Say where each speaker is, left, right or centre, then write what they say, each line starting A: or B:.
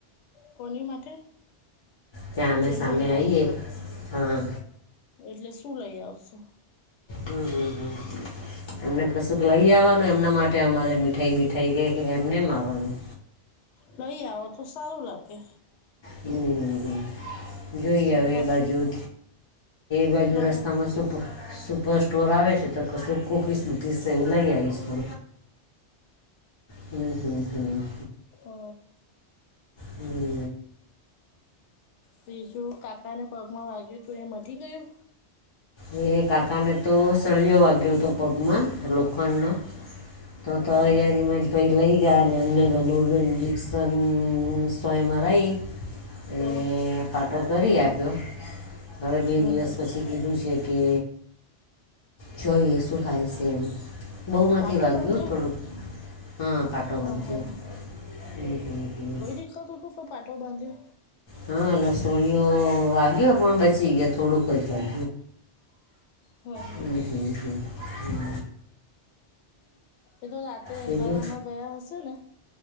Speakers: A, on the left; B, on the left.
A: કોની માટે?
B: ક્યાં અમે
A: જેમના
B: સામે
A: ઘરે
B: આઈએ, હા.
A: એટલે શું લઈ આવશો?
B: હું હું હું. એમને કશુંક લઈ આવવાનું એમના માટે અમારે મીઠાઈ બીઠાઈ કે એમનેમ આવવાનું?
A: લહી આઓ તો સારું લાગે.
B: હું હું હું. જોઈ
A: અને
B: હવે
A: પાછું
B: એ બાજુએ, બાજુ
A: મારા
B: રસ્તામાં શું સુપર સ્ટોર આવે છે, તો કશું કિસ મૂકીશ એવું લઈ આવીશુ. હું હું હું.
A: અ,
B: હું.
A: ત્રીજું કાકાને પગમાં વાગ્યું હતું એ મટી ગયું?
B: એ કાકાને તો સળિયો વાગ્યો હતો પગમાં લોખંડનો. તો તો તૈયારીમાં
A: હા હા
B: પહેલ ગયા અને ધનુ ઇન્જેક્શન સોય મારાય. એ
A: તો
B: ફાટો કરી આપ્યો, ઘણે બે
A: હમ
B: દિવસ
A: હમ
B: પછી કીધું હું છે, કે જોઈએ શું થાય છે, એમ બહુ
A: પાટો
B: નથી વાગ્યું.
A: બાંધ્યો
B: હું થોડુંક, હા પાટો બાંધી,
A: હમ હમ
B: હું હું.
A: <unintelligible> તો પાટો બાંધ્યો?
B: હા લસોળિયો વાગ્યો પણ બચી ગયો થોડુંક જ વાગ્યું.
A: હમ હમ
B: હું
A: હમ
B: હું હ હું.
A: એ તો રાતે અંધારામાં
B: હું થજો.
A: ગયા હશે ને,